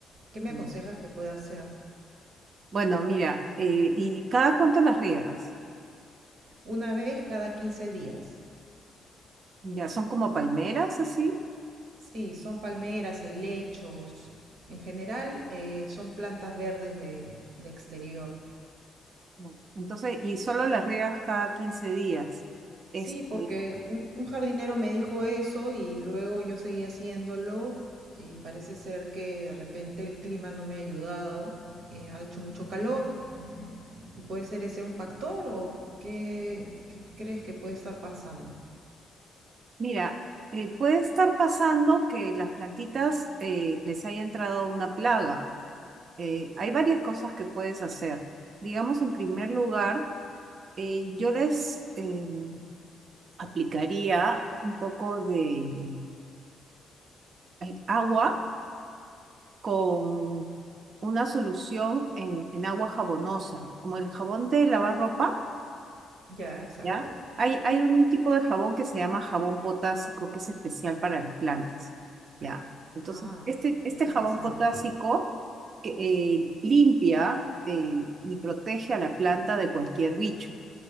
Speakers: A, on the right; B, on the right.
A: ¿Qué me
B: Mm.
A: aconsejas que pueda hacer?
B: Bueno, mira, eh, ¿y cada cuánto las riegas?
A: Una vez cada 15 días.
B: Ya, son como palmeras, así.
A: Sí, son palmeras, helechos. En general, eh, son plantas verdes de, de exterior.
B: No. Entonces, y solo las riegas cada 15 días.
A: Sí,
B: Este,
A: porque un, un jardinero me dijo eso y luego yo seguí haciéndolo y parece ser que de repente el clima no me ha ayudado, eh, ha hecho mucho calor y puede ser ese un factor o qué, qué crees que puede estar pasando.
B: mira, eh, puede estar pasando que las plantitas eh, les haya entrado una plaga. Eh, hay varias cosas que puedes hacer. Digamos, en primer lugar, eh, yo les em, aplicaría un poco de eh, agua con una solución en, en agua jabonosa, como el jabón de lavar ropa.
A: Ya, exacto.
B: ¿ya? Hay, hay un tipo de jabón que se llama jabón potásico, que es especial para las plantas, ¿ya? Entonces,
A: Ah,
B: este, este
A: qué interesante.
B: jabón potásico que, eh, limpia eh, y protege a la planta de cualquier bicho.